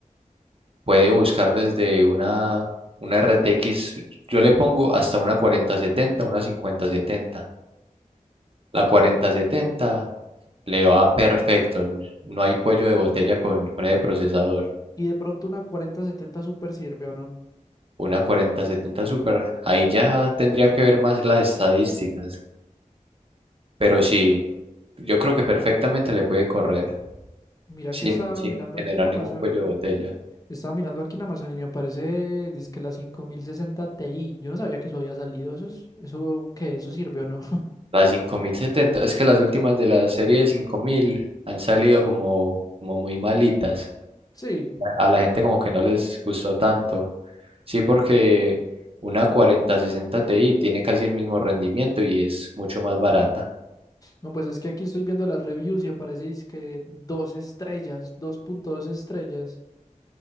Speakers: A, on the right; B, on the left.
A: puede buscar desde una, una RTX, yo le pongo hasta una 4070, una 5070. La 4070 le va perfecto, no hay cuello de botella con, con el procesador.
B: Y de pronto una cuarenta setenta Super sirve o no.
A: Una 4070 Super, ahí ya tendría que ver más las estadísticas, pero sí, yo creo que perfectamente le puede correr
B: Mira
A: sin,
B: que estaba
A: sin
B: mirando
A: generar
B: aquí en Amazon.
A: ningún cuello de botella.
B: Estaba mirando aquí en Amazon y me aparece, dizque la 5060 Ti. Yo no sabía que eso había salido. ¿Eso es, eso qué? ¿Eso sirve o no? <laughs>
A: La 5070, es que las últimas de la serie de 5000 han salido como, como muy malitas.
B: Sí.
A: a la gente como que no les gustó tanto. Sí, porque una 4060 Ti tiene casi el mismo rendimiento y es mucho más barata.
B: No, pues es que aquí estoy viendo las reviews y aparece, dizque dos estrellas, dos punto dos estrellas.